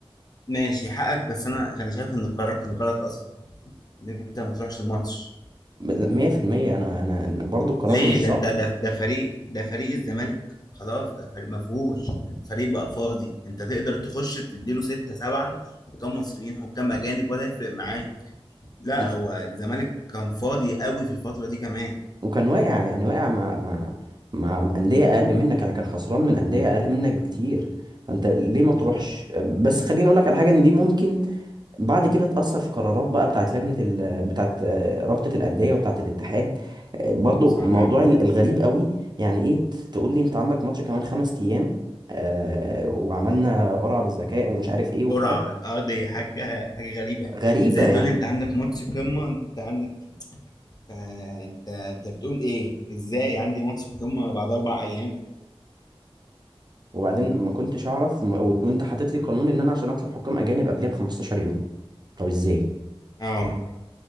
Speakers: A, on the left (about 40°); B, on the right (about 45°).
A: ماشي حقك بس انا انا شايف ان القرار كان غلط اصلا ان انت ما تروحش الماتش
B: 100% انا انا أنا برضو القرار
A: ليه
B: مش
A: ده
B: صح
A: ده ده ده فريق ده فريق الزمالك خلاص ده فريق ما فيهوش فريق بقى فاضي انت تقدر تخش تديله ستة سبعة حكام مصريين حكام اجانب ولا يفرق معاه لا
B: الف...
A: هو الزمالك كان فاضي قوي في الفترة دي كمان
B: وكان واقع يعني واقع مع مع مع أندية أقل منك يعني كان خسران من أندية أقل منك بكتير فأنت ليه ما تروحش
A: ايوه
B: بس خليني أقول لك على حاجة إن دي ممكن بعد كده تأثر في قرارات بقى بتاعت لجنة ال... بتاعت آه، رابطة الأندية وبتاعت الاتحاد آه، برضو
A: صح
B: موضوع ال- الغريب قوي يعني إيه ت- تقول لي أنت عندك ماتش كمان خمس أيام آه وعملنا قرعة بالذكاء ومش عارف إيه وبتاع
A: قرعة اه دي حاجة حاجة غريبة
B: غريبة
A: ازاي
B: يعني
A: تقول لي انت عندك ماتش قمة انت عندك آه، انت انت بتقول ايه ازاي عندي ماتش قمة بعد اربع ايام
B: وبعدين ما كنتش أعرف م- وأنت حاطط لي قانون إن أنا عشان أطلب حكام أجانب قبلها ب 15 يوم طب إزاي
A: اه